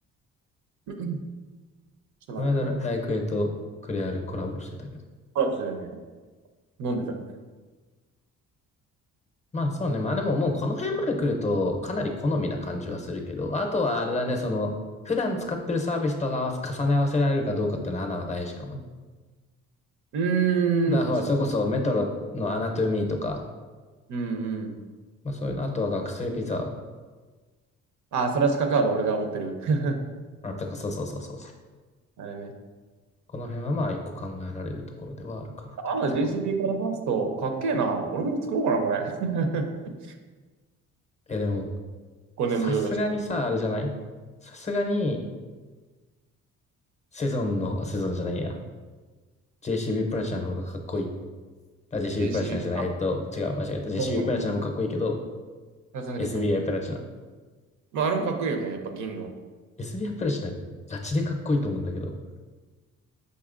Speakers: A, on the right; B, on the left.
A: うんうんちょっと待ってね。
B: この間ラライクエとクレアルコラボしてたけど。
A: コラボしてたよね。飲んでた。
B: まあそうね。まあでももうこの辺まで来るとかなり好みな感じはするけど。あとはあれだね、その、普段使ってるサービスと合わせ、重ね合わせられるかどうかっていうのはアナは大事かもね。
A: う
B: だからほら、
A: ーん、確かに。
B: それこそメトロのアナトゥミーとか、
A: うんうん。
B: まあそういうの、あとは学生ビザ、
A: あ、それはカカード俺が持ってる。<laughs>
B: あとか、そうそうそうそうそう。
A: あれね。
B: この辺はまあ一個考えられるところではあるかなというところ。
A: あの JCB からファースト、かっけえな。俺も作ろうかな、これ。<laughs>
B: え、でも
A: 5年無料だし。
B: さすがにさ、あれじゃないさすがに、セゾンの、セゾンじゃないや。JCB プラチナの方がかっこいい。あ、JCB
A: JCB、
B: プラチナじゃない。えっと、違う、間違えた。JCB
A: プ
B: プラチナもかっこいいけど、
A: ラスナビット。
B: SBI プラチナ。
A: まあ、あれもかっこいいよね。やっぱ銀の。
B: SBI プラチナ、ガチでかっこいいと思うんだけど。